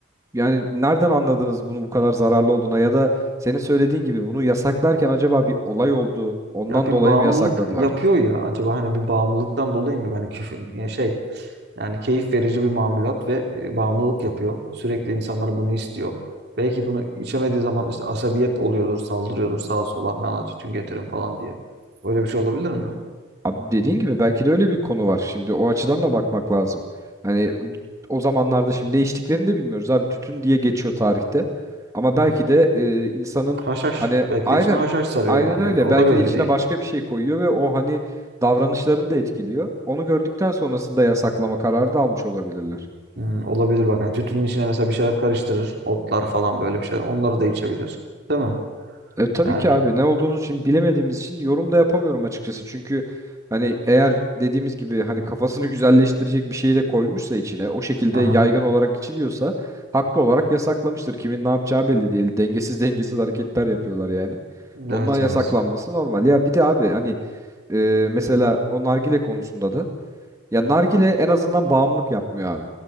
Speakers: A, on the right; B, on the right.
A: yani nereden anladınız bunu bu kadar zararlı olduğuna ya da senin söylediğin gibi bunu yasaklarken acaba bir olay oldu ondan
B: Ya bir
A: dolayı
B: bağımlılık
A: mı yasakladılar?
B: yapıyor ya acaba hani bir bağımlılıktan dolayı mı hani küfür ya şey yani keyif verici bir mamulat ve e, bağımlılık yapıyor. Sürekli insanlar bunu istiyor. Belki bunu içemediği zaman işte asabiyet oluyordur, saldırıyordur sağa sola. Ben ona tütün getirin falan diye. Öyle bir şey olabilir mi?
A: Abi dediğin gibi belki de öyle bir konu var. Şimdi o açıdan da bakmak lazım. Hani o zamanlarda şimdi ne içtiklerini de bilmiyoruz abi. Tütün diye geçiyor tarihte. Ama
B: Hı
A: belki
B: hı.
A: de e, insanın
B: Haşhaş.
A: hani
B: Belki
A: aynen
B: de içine haşhaş sarıyor
A: aynen
B: yani.
A: öyle.
B: O
A: Belki
B: da belli
A: de içine
B: değil.
A: başka bir şey koyuyor ve o hani davranışlarını da etkiliyor. Onu gördükten sonrasında yasaklama kararı da almış olabilirler.
B: Hmm, olabilir bak. Yani tütünün içine mesela bir şeyler karıştırır. Otlar falan böyle bir şeyler. Onları da içebilir. Değil mi?
A: E, tabii
B: Yani.
A: ki abi ne olduğunu için bilemediğimiz için yorum da yapamıyorum açıkçası. Çünkü hani eğer dediğimiz gibi hani kafasını <laughs> güzelleştirecek bir şeyi de koymuşsa içine o şekilde
B: Aha.
A: yaygın olarak içiliyorsa haklı olarak yasaklamıştır. Kimin ne yapacağı belli değil. Dengesiz dengesiz hareketler yapıyorlar yani. Ondan
B: Evet
A: yasaklanması
B: evet.
A: normal. Ya bir de abi hani e, mesela o nargile konusunda da ya nargile en azından bağımlılık yapmıyor abi.